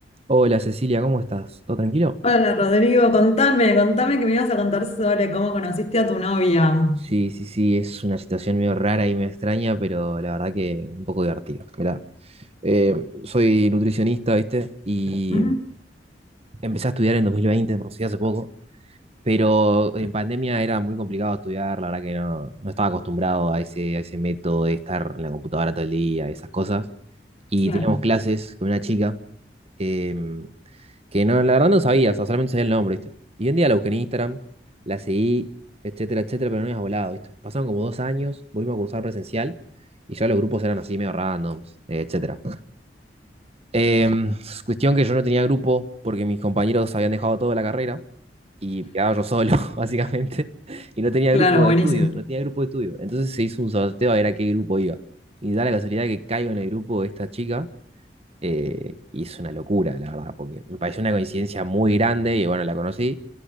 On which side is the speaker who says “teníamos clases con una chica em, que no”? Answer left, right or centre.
Right